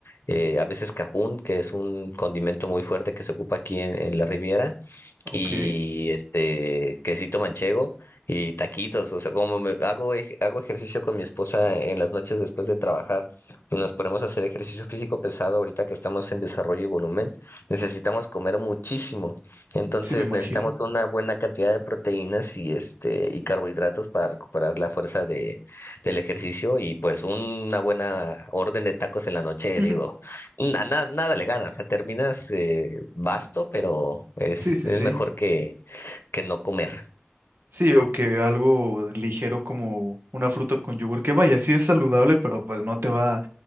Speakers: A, on the left; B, on the right.
A: eh, a veces cajún, que es un condimento muy fuerte que se ocupa aquí en en la Riviera
B: Ok,
A: y este quesito manchego y taquitos, o sea, como me- hago, ej- hago ejercicio con mi esposa en las noches después de trabajar y nos ponemos a hacer ejercicio físico pesado ahorita que estamos en desarrollo y volumen, necesitamos comer muchísimo. Entonces
B: sí, me imagino.
A: necesitamos una buena cantidad de proteínas y este y carbohidratos para recuperar la fuerza de, del ejercicio y pues una buena orden de tacos en la noche,
B: <laughs>
A: digo, na- na- nada le ganas, o sea, terminas eh, vasto, pero es,
B: Sí, sí,
A: es
B: sí.
A: mejor que, que no comer.
B: Sí, o que algo ligero como una fruta con yogur, que vaya, sí es saludable, pero pues no te va